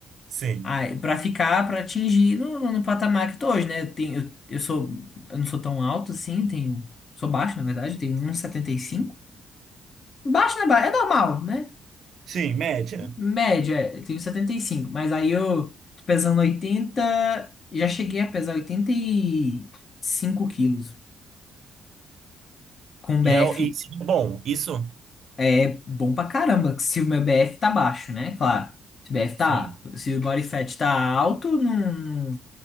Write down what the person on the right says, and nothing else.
sim.
Sim, média.
E é o- e seria bom, isso?
Sim,